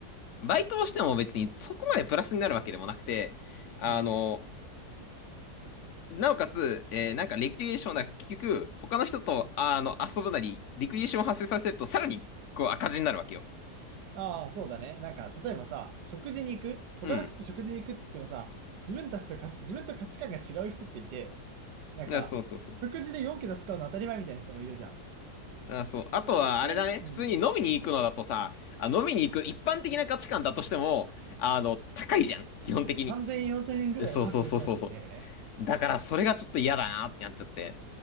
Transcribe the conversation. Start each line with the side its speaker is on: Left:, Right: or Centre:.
Left: バイトをしても別にそこまでプラスになるわけでもなくて、あの、
Right: うん
Left: なおかつ、えーなんかレクリエーションな、結局、他の人と、あの、遊ぶなり、レクリエーションを発生させると、さらに、こう、赤字になるわけよ。
Right: ああ、そうだね。なんか、例えばさ、食事に行く他の人と食事に行くって言ってもさ、
Left: うん。
Right: 自分たちとか、自分と価値観が違う人っていて、なんか、
Left: だからそうそうそう。
Right: 食事で4桁使うの当たり前みたいな人もいるじゃん。
Left: あ、そう。あとは、
Right: だからそういう、
Left: あれだね。
Right: うん、
Left: 普通に飲みに行くのだとさ、あ、飲みに行く一般的な価値観だとしても、あの、高いじゃん。基本的に。
Right: 3000円、4000円ぐらいは覚悟しないといけないよね。
Left: そうそうそうそうそう。だから、それがちょっと嫌だなってなっちゃって。